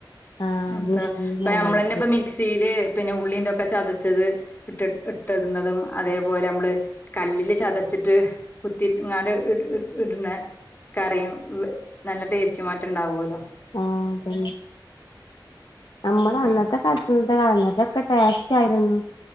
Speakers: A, on the left; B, on the left.
A: ആഹ്
B: ഇപ്പ
A: മെഷീനിലാണല്ലോ
B: നമ്മള് തന്നെ ഇപ്പ മിക്സിയില് പിന്നെ ഉള്ളീന്തൊക്കെ ചത ട്ടതും ഇട്ട ഇട്ടതും അതേപോലെ നമ്മള് കല്ലില് ചതച്ച് ട്ട് കുത്തി ഇങ്ങ ഇട് ഇട് ഇട് ഇടുന്ന കറിയും നല്ല ടേസ്റ്റുമായിട്ട് ഉണ്ടാവല്ലോ
A: ആ തന്നെ അമ്മളെ അന്നത്തെ കാ <unintelligible> ഒക്കെ ടേസ്റ്റ് ആയിരുന്നു